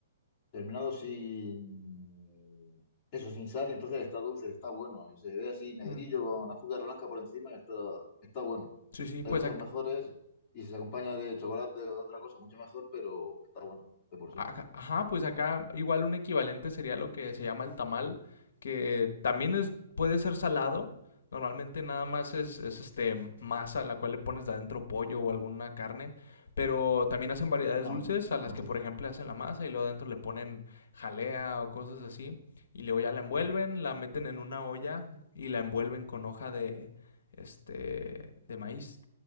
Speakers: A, on the left (about 35°); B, on the left (about 70°).
A: terminado sin, eso, sin sal, y entonces está dulce, está bueno, y se ve así negrillo
B: Mm,
A: con azúcar blanca por encima y está, está bueno.
B: Sí, sí, pues
A: Hay cosas mejores y si se acompaña de chocolate o de otra cosa, mucho mejor, pero está bueno, de por
B: Ajá,
A: sí.
B: ajá, pues acá igual un equivalente sería lo que se llama el tamal, que también es, puede ser salado. Normalmente nada más es, es, este masa a la cual le pones de adentro pollo o alguna carne, pero también hacen variedades
A: Ajá,
B: dulces a las
A: ajá.
B: que por ejemplo hacen la masa y luego adentro le ponen jalea o cosas así y luego ya la envuelven, la meten en una olla y la envuelven con hoja de este de maíz